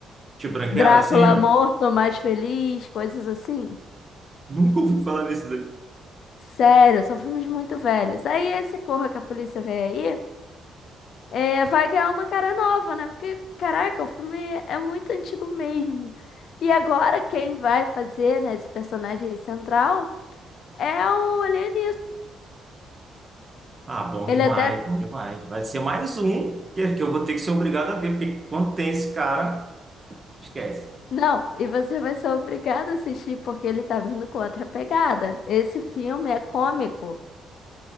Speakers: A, on the right; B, on the left.
A: Tio Branquela,
B: Drácula
A: assim, não?
B: morto, mais feliz, coisas assim.
A: Nunca ouvi falar nesse
B: Sério, são filmes muito velhos. Aí esse Corra que a Polícia Vem Aí. É, vai ganhar uma cara nova, né? Porque, caraca, o filme é muito antigo mesmo. E agora quem vai fazer, né, esse personagem central é o Liam
A: Ah, bom
B: Ele
A: demais,
B: até.
A: bom demais. Vai ser mais um que, que eu vou ter que ser obrigado a ver, porque quando tem esse cara, esquece.
B: Não, e você vai ser obrigado a assistir porque ele tá vindo com outra pegada. Esse filme é cômico.